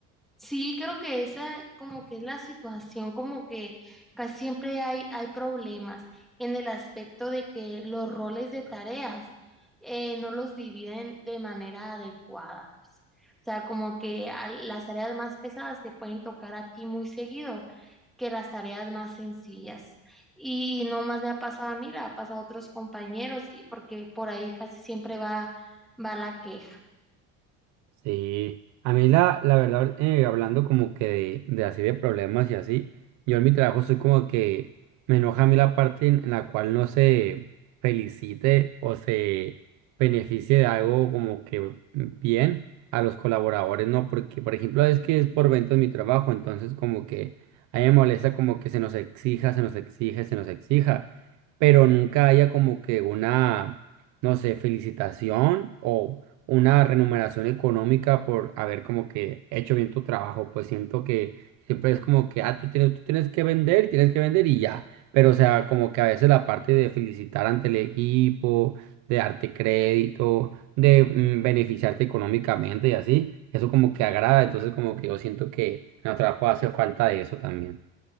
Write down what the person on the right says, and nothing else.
Sí, a mí la, la verdad, eh, hablando como que de, de así de problemas y así, yo en mi trabajo soy como que me enoja a mí la parte en, en la cual no se felicite o se beneficie de algo como que bien a los colaboradores, ¿no? Porque, por ejemplo, es que es por ventas mi trabajo, entonces como que a mí me molesta como que se nos exija, se nos exige, se nos exija, pero nunca haya como que una no sé, felicitación o una remuneración económica por haber como que hecho bien tu trabajo, pues siento que siempre es como que, ah, tú tienes, tú tienes que vender, y tienes que vender y ya, pero o sea, como que a veces la parte de felicitar ante el equipo, de darte crédito, de mm, beneficiarte económicamente y así, eso como que agrada, entonces como que yo siento que en el trabajo hace falta de eso también.